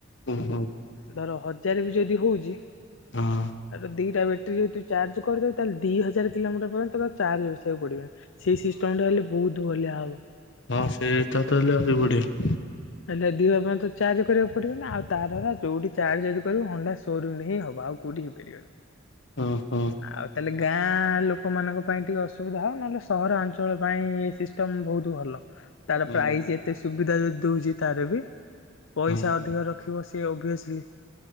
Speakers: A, on the left; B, on the left.
A: ହୁଁ ହୁଁ।
B: ଧର ହଜାର ବି ଯଦି ହଉଚି
A: ହଁ।
B: ତାରେ ଦିଟା ବେଟେରୀ ଯଦି ତୁ ଚାର୍ଜ କରିଦବୁ, ତାହେଲେ ଦି ହଜାର କିଲୋମିଟର ପର୍ଯ୍ୟନ୍ତ ତତେ ଆଉ ଚାର୍ଜ ବସେଇବାକୁ ପଡିବନି। ସେଇ ସିଷ୍ଟମଟା ହେଲେ ବହୁତ୍ ବଲିଆ ହବ।
A: ହଁ ସେଟା ତ ହଲେ ଆହୁରି ବଢିଆ।
B: ହେଲେ ଦି ହଜାର ପର୍ଯ୍ୟନ୍ତ ଚାର୍ଜ କରିବାକୁ ପଡିବନି, ଆଉ ତାର ହେଲା ଯୋଉଠି ଚାର୍ଜ ଯଦି କରିବୁ ହୋଣ୍ଡା ସୋରୁମ୍ ରେ ହିଁ ହବ ଆଉ କୋଉଠି ହେଇପାରିବନି।
A: ଉଁ ହୁଁ।
B: ଆଉ ତାହେଲେ ଗାଁ ଲୋକମାନଙ୍କ ପାଇଁ ଟିକେ ଅସୁବିଧା ହବ ନହେଲେ ସହରାଞ୍ଚଳ ପାଇଁ ଏଇ ସିସ୍ ଟମ୍ ବହୁତୁ ଭଲ। ତାର
A: ହଁ
B: ପ୍ରାଇସ୍ ଏତେ ସୁବିଧା ଯଦି ଦଉଚି ତାର ବି ପଇସା
A: ହୁଁ।
B: ଅଧିକ ର ରଖିବ ସିଏ ଓଭିଅସଲି।